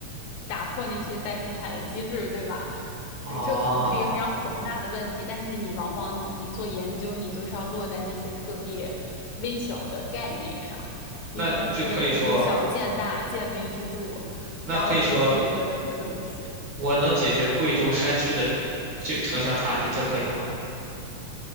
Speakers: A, on the left; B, on the right.
A: 打破那些再生产的机制，对吧？
B: 啊，
A: 这这可能是一个非常宏大的问题，但是你往往你你做研究，你都是要落在那些特别微小的概念上，你可能是以小见大，
B: 那就可以说，
A: 见微知著，
B: 那可以说
A: 然后提出一个什么东西。
B: 我能解决贵州山区的就城乡差异，这可以吗？